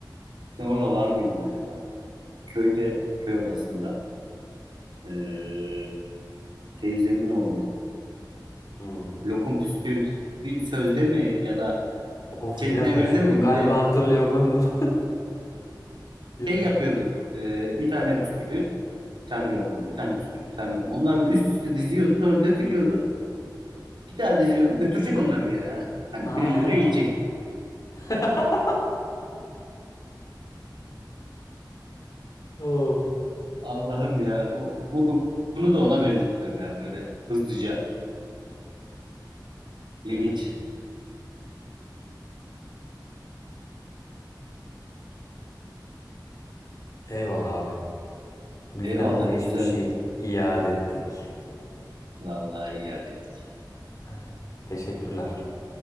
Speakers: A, on the right; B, on the left.
A: sen orada var mıydın acaba? Köyde, köy odasında eee, teyzemin oğlu
B: Hmm.
A: Lokum Püsküvit bir sözde mi ya da
B: Of
A: Çetnevir'de
B: bir dakika şu
A: mi
B: galiba
A: ne
B: hatırlıyorum ben bunu. <laughs> Gel.
A: şey yapıyordu. Eee, bir tane bisküvit, bir tane lokum, bir tane bisküvit, bir tane lokum. Onlar üst üste diziyordu sonra dökülüyordu. Bir daha diziyordu. Götürecek onları bir yere ha. Hani
B: Ha.
A: birileri yiyecek.
B: <laughs> Oh.
A: Allah'ım ya. Bu, bu, bu- bunu da ona benzetiyorum ya. Böyle hızlıca. İlginç.
B: Evet. <sighs> Eyvallah abi. Güzel
A: Eyvallah
B: geçmişi
A: güzeldi.
B: iade ettik.
A: Vallahi iyi iade ettik.
B: Aynen. Teşekkürler.